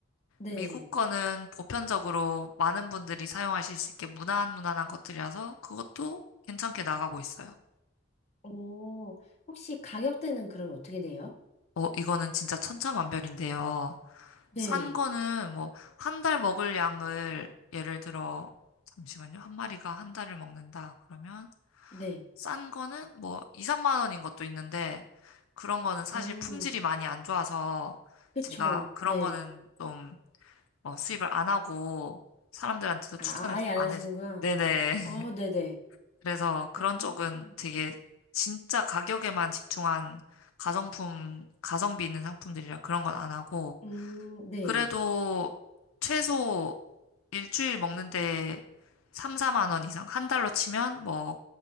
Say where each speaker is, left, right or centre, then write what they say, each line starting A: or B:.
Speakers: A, on the left; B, on the left.
A: 네.
B: 미국 거는 보편적으로 많은 분들이 사용하실 수 있게 무난무난한 것들이라서 그것도 괜찮게 나가고 있어요.
A: 어, 혹시 가격대는 그럼 어떻게 돼요?
B: 어, 이거는 진짜 천차만별인데요.
A: 네.
B: 싼 거는 뭐, 한 달 먹을 양을 예를 들어, 잠시만요. 한 마리가 한 달을 먹는다. 그러면
A: 네.
B: 싼 거는 뭐, 2, 3만 원인 것도 있는데, 그런 거는 사실
A: 어,
B: 품질이 많이 안 좋아서
A: 그쵸.
B: 제가 그런
A: 네.
B: 거는 좀 어, 수입을 안 하고 사람들한테도 추천을
A: 아, 아, 아예
B: 잘
A: 안
B: 안
A: 하시는구나.
B: 해. 네네.
A: 아, 네네.
B: 그래서 그런
A: 어,
B: 쪽은 되게 진짜 가격에만 집중한 가성품, 가성비 있는 상품들이라 그런 건 안 하고,
A: 음, 네.
B: 그래도 최소 일주일 먹는데 3, 4만 원 이상, 한 달로 치면 뭐